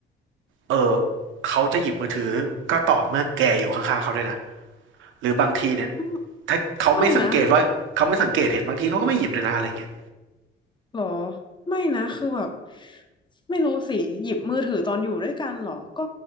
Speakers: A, on the right; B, on the left.
A: เออเขาจะหยิบมือถือก็ต่อเมื่อแกอยู่ข้างๆเขาด้วยนะ หรือบางทีเนี่ย
B: อืม
A: ถ้าเขาไม่สังเกตว่าเขาไม่สังเกตเห็นบางทีเขาก็ไม่หยิบเลยนะอะไรเงี้ย
B: ไม่นะ หรอไม่นะคือแบบไม่รู้สิหยิบมือถือตอนอยู่ด้วยกันหรอก็